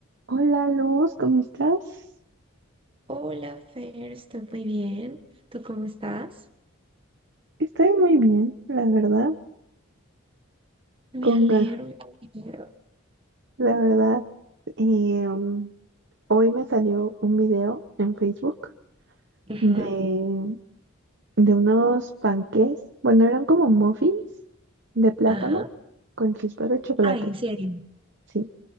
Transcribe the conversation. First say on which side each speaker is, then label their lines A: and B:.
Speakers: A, on the right; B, on the right.
A: Hola Luz, ¿cómo estás?
B: Hola, Fer, estoy muy bien. ¿Tú cómo estás?
A: Estoy muy bien, la verdad.
B: Me
A: Conga,
B: alegro, me alegro.
A: la verdad. eh, um, hoy me salió un video en Facebook
B: Ujú,
A: de, de unos panqués. Bueno, eran como muffins de plátano
B: Ajá.
A: con chispas de chocolate.
B: Ay, en serio.
A: Sí,